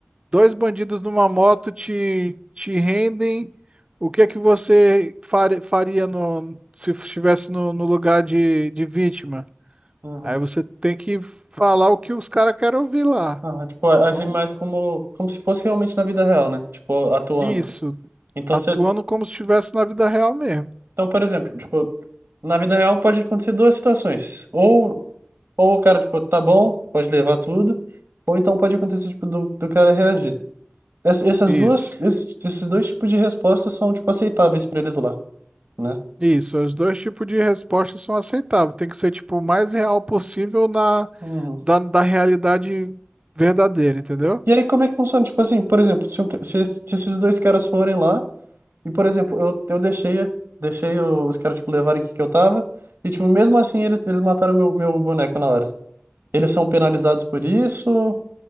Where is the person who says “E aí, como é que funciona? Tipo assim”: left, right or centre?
Right